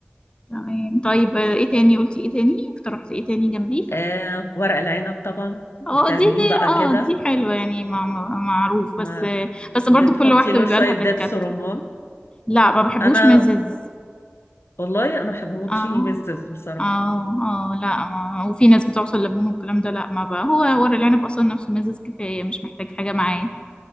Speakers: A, on the left (about 25°); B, on the left (about 80°).
A: تمام طيب آه، ايه تاني قلتي ايه تاني اقترحتي ايه تاني جنبيه
B: آه، ورق العنب طبعا بتعمليه
A: اه دي دي
B: بقى
A: اه
B: كده
A: دي حلوة يعني مع... مع- معروف بس
B: ما
A: آه، بس برضو
B: بتحطي
A: كل واحدة
B: له
A: بيبقى
B: شوية
A: لها تكات
B: دبس رمان
A: لا ما بحبوش
B: أنا
A: مزز
B: والله أنا بحب أموت
A: اه
B: فيه مزز بصراحة
A: اه اه لا ما... وفي ناس بتعصر ليمون والكلام ده لا ما بقى هو ورق العنب اصلا نفسه مزز كفاية مش محتاج حاجة معاه